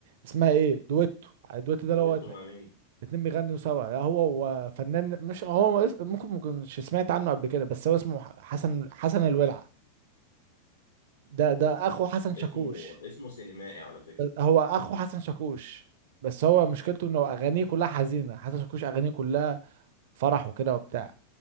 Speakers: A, on the right (about 50°); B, on the left (about 70°).
A: اسمها إيه دويتو الدويتو ده
B: دويتو
A: اللي هو اتنين
B: مع مين
A: اتنين بيغنوا سوا لا هو وفنان مش هو اس- ممكن مكنش سمعت عنه قبل كده بس هو اسمه ح- حسن حسن الولع ده
B: اوه
A: ده أخو حسن شاكوش
B: اسمه اسمه سينمائي على فكره
A: هو أخو حسن شاكوش بس هو مشكلته إنه
B: آه.
A: أغانيه كلها حزينة حسن شاكوش أغانيه كلها فرح وكده وبتاع